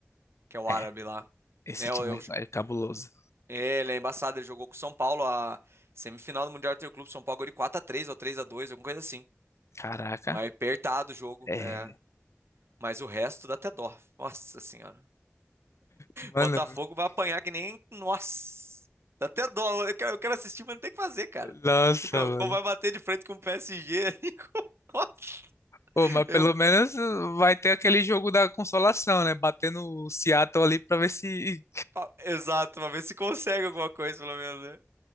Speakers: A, on the right (about 65°); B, on the left (about 85°).
A: que é o
B: é.
A: árabe lá.
B: Esse
A: É,
B: time
A: o- é o-
B: é, é cabuloso.
A: é, ele é embaçado, ele jogou com o São Paulo a semifinal do Mundial do Clube, São Paulo ganhou de 4 a 3 ou 3 a 2 alguma coisa assim.
B: Caraca.
A: Mas apertado o jogo,
B: É.
A: é. Mas o resto dá até dó. Nossa senhora.
B: Mano,
A: Botafogo vai apanhar que nem. Nossa! Dá até dó. Eu quero, eu quero assistir, mas não tem o que fazer, cara.
B: nossa,
A: Co-
B: mano.
A: Como vai bater de frente com o PSG ali. <laughs>
B: Pô, mas
A: Eu...
B: pelo menos vai ter aquele jogo da consolação, né? Batendo o Seattle ali pra ver se.
A: ah, Exato, pra ver se consegue alguma coisa, pelo menos, né?